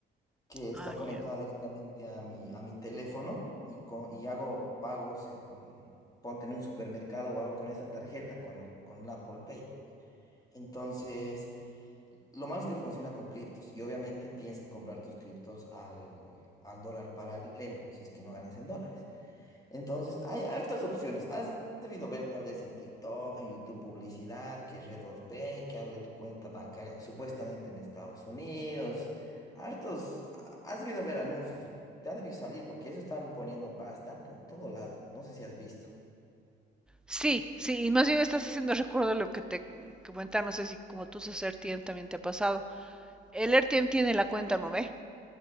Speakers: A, on the left; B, in the centre.
A: que está
B: Ah, ya.
A: conectada directamente a mi, a mi teléfono y, con, y hago pagos en, ponte en un supermercado o hago con esta tarjeta, con el, con el Apple Pay. Entonces, lo malo es que funciona con criptos y obviamente tienes que comprar tus criptos al, al dólar paralelo, si es que no ganas en dólares. Entonces, hay hartas opciones. Has debido ver tal vez en TikTok, en YouTube, publicidad, que Redot Pay, que abre tu cuenta bancaria, supuestamente en Estados Unidos. Hartos, ha- has debido ver anuncios, te ha debido salir porque eso están poniendo bastante en todo lado. No sé si has visto.
B: Sí, sí, y más bien estás haciendo recuerdo de lo que te comentaba, no sé si como tú usas RTM también te ha pasado. El RTM tiene la cuenta, ¿no ve?